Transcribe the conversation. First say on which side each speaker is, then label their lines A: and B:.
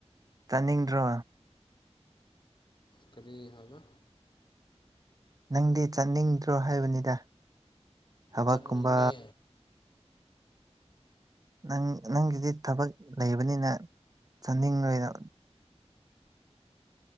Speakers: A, on the right; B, on the left.
A: ꯆꯥꯠꯅꯤꯡꯗ꯭ꯔꯣ
B: ꯀꯔꯤ ꯍꯥꯏꯕ
A: ꯅꯪꯗꯤ ꯆꯠꯅꯤꯡꯗ꯭ꯔꯣ ꯍꯥꯏꯕꯅꯤꯗ ꯊꯕꯛꯀꯨꯝꯕ
B: ꯆꯠꯅꯤꯡꯉꯦ
A: ꯅꯪ ꯅꯪꯒꯤꯗꯤ ꯊꯕꯛ ꯂꯩꯕꯅꯤꯅ ꯆꯥꯅꯤꯡꯉꯣꯏꯅ